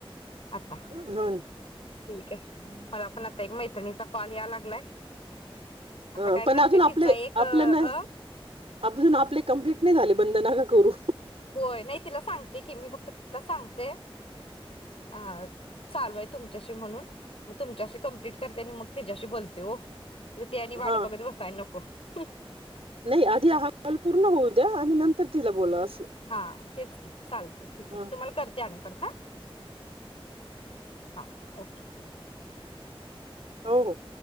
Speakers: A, on the left; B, on the right.
A: आता
B: हो ना
A: ठीक आहे, मला पण आता एक मैत्रणीचा कॉल या लागलाय आता
B: अ
A: काय
B: पण
A: करते
B: अजून आपले
A: तिचा एक अ
B: आपलं ना
A: अ,
B: अजून आपले कंप्लीट नाही झाले बंधना करू
A: होय नाही तिला सांगते की, मी फक्त तीला सांगते हा चालू आहे तुमच्याशी म्हणून तुमच्याशी कंप्लीट करते आणि मग तिच्याशी बोलते ओ ती आणि वाट
B: हा
A: बघत बसायला नको <unintelligible>
B: नाही आधी हा कॉल पूर्ण होऊ द्या आणि नंतर तिला बोला असं
A: हा तेच की चालतय, ठीक आहे
B: ह
A: तुम्हाला करते आणि परत हां हा ओके.
B: हो हो